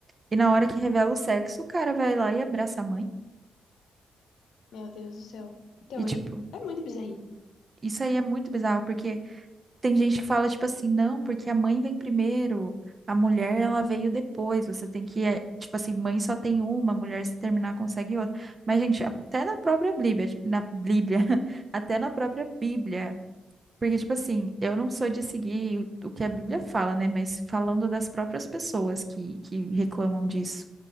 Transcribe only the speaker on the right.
E na hora que revela o sexo, o cara vai lá e abraça a mãe.
E, tipo,
isso aí é muito bizarro, porque tem gente que fala, tipo assim, não, porque a mãe vem primeiro, a mulher, ela veio depois. Você tem que, é, tipo assim, mãe só tem uma, mulher se terminar consegue outra. Mas, gente, até na própria Bíblia, na Bíblia, <laughs> até na própria Bíblia. Porque, tipo assim, eu não sou de seguir o, o que a Bíblia fala, né? Mas falando das próprias pessoas que, que reclamam disso.